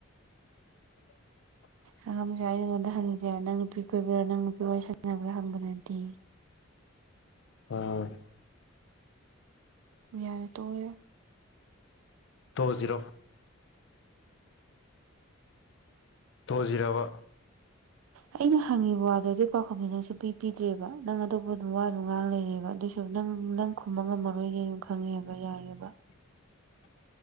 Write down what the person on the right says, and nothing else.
ꯑꯪꯉꯝꯁꯦ ꯅꯪꯉ‌ꯣꯟꯗ ꯍꯪꯏꯁ‌ꯦ ꯅꯪ ꯅꯨꯄꯤ ꯀꯣꯏꯕ꯭ꯔꯥ ꯅꯪ ꯅꯨꯄꯤ ꯋꯥꯔꯤ ꯁꯥꯟꯅꯕ꯭ꯔꯥ ꯍꯪꯕꯗ ꯅꯠꯇꯦ
ꯌꯥꯔꯦ ꯇ‌ꯣꯛ ꯑ ꯌ
ꯑꯩꯅ ꯍꯪꯉꯤꯕ ꯋꯥꯗꯣ ꯑꯗꯨꯒꯤ ꯄꯥꯎꯈꯨꯝꯗꯤ ꯅꯪꯁꯨ ꯄꯤ ꯄꯤꯗ꯭ꯔꯦꯕ ꯅꯪ ꯑꯇꯣꯞꯄ ꯑꯗꯨꯝ ꯋꯥꯗꯣ ꯉꯥꯡ ꯂꯩꯌꯦꯦꯕ ꯑꯗꯨꯏꯁꯨꯝ ꯅꯪ ꯅꯪ ꯈꯨꯝꯕ ꯉꯝꯃꯔꯣꯏꯅꯦ ꯑꯗꯨꯝ ꯈꯪꯉꯦꯕ ꯌꯥꯔꯦꯕ